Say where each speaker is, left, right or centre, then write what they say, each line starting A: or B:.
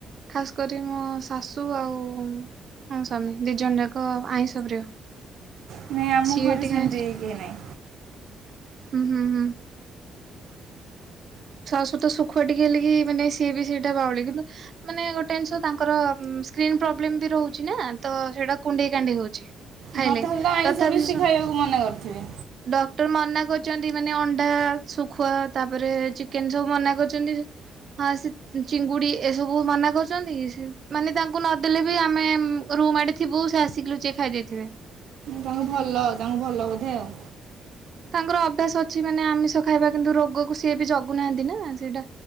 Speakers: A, on the right; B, on the right.
A: ଖାସ୍ କରି ମୋ ଶାଶୁ ଆଉ ଆଉ ମୋ ସ୍ବାମୀ ଦି ଜଣ ଯାକ ଆଇଁଷ ପ୍ରିୟ।
B: ନାଇଁ ଆମ
A: ସିଏ
B: ଘରେ
A: ଟିକେ-ହଁ
B: ସେମିତି କେହି ନାହିଁ
A: ହୁଁ ହୁଁ। ଶାଶଵତ ସୁଖୁଆ ଟିକେ ଲାଗି ମାନେ ସିଏ ବି ସେଇଟା ବାଉଳି କିନ୍ତୁ ମାନେ ଗୋଟେ ଜିନିଷ ତାଙ୍କର ସ୍କ୍ରିନ୍ ପ୍ରୋବ୍ଲେମ ବି ରହୁଛି ନା ତ ସେଇଟା କୁଣ୍ଡେଇ କାନ୍ଦେଇ ହଉଛି। ଖାଇଲେ
B: ହଁ ତାହେଲେ ତ ଆଇଁଷ
A: ତଥାପି
B: ବେଶୀ
A: ସେ ଶୁଣ
B: ଖାଇବାକୁ ମନା କରିଥିବେ
A: ଡକ୍ଟର ମନା କରୁଛନ୍ତି ମାନେ ଅଣ୍ଡା, ଶୁଖୁଆ, ତାପରେ ଚି ଚିକେନ୍ ସବୁ ମନା କରୁଛନ୍ତି ହଁ ସେ ଚିଙ୍ଗୁଡି ଏସବୁ ମନା କରୁଛନ୍ତି। ମାନେ ତାଙ୍କୁ ନଦେଲେ ବି ଆମେ ରୁମ୍ ଆଡ଼େ ଥିବୁ ସେ ଆସିକି ଲୁଚେଏକି ଖାଇଦେଇ ଥିବେ।
B: ତାଙ୍କୁ ଭଲ ତାଙ୍କୁ ଭଲ ବୋଧେ ଆଉ।
A: ତାଙ୍କର ଅଭ୍ୟାସ ଅଛି ମାନେ ଆମିଷ ଖାଇବା କିନ୍ତୁ ରୋଗକୁ ସିଏ ବି ଜଗୁନାହାନ୍ତି ନା ସେଇଟା